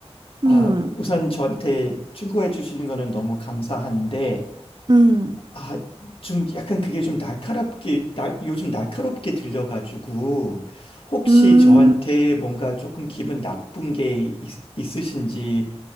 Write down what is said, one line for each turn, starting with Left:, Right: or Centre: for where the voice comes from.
Left: 아,
Right: 음,
Left: 우선 저한테 충고해 주시는 거는 너무 감사한데
Right: 음,
Left: 아, 좀 약간 그게 좀 날카롭게, 날, 요즘 날카롭게 들려가지고, 혹시
Right: 음,
Left: 저한테 뭔가 조금 기분 나쁜 게 있, 으신지